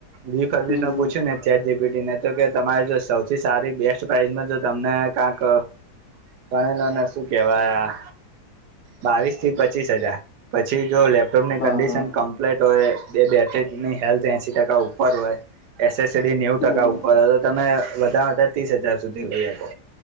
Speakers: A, on the right (about 80°); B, on the left (about 60°).
A: રીફરવિશમા
B: હમ હમ
A: પૂછ્યું ને ચેટ જીપી ટી ને તો કે તમારી જો સવથી સારી બેસ્ટ. પ્રઇઝમાં જો તમને કાંક ગણેલો ને શું કેવાય અ. બાવીસ થી પચીસ હજાર. પછી જો લેપટોપની
B: હા
A: કન્ડિશન
B: હા
A: કમ્પ્લીટ હોય બે બેટરીની હેલ્થ એસી ટકા ઉપર હોય. એસએસડી નેઉ
B: હમ
A: ટકા
B: હમ
A: ઉપર હોય તો તમે વધા વધારે ત્રીસ હજાર સુધી લઈ હકો.